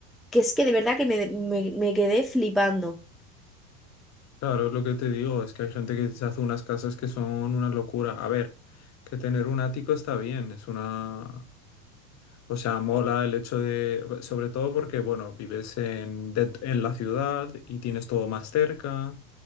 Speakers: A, in the centre; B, on the left.
A: que es que de verdad que me, me me quedé flipando.
B: Claro, es lo que te digo, es que hay gente que se hace unas casas que son una locura. A ver, que tener un ático está bien, es una... O sea, mola el hecho de... Sobre todo porque, bueno, vives en, dent- en la ciudad y tienes todo más cerca.